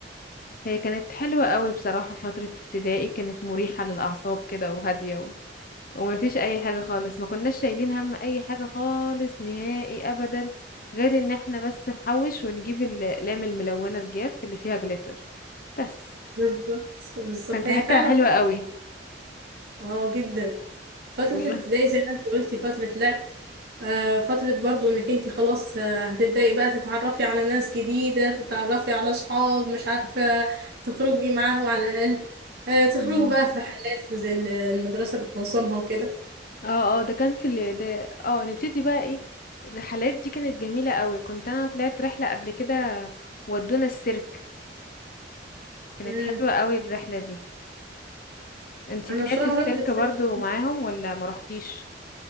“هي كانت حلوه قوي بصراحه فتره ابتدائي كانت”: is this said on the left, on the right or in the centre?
Left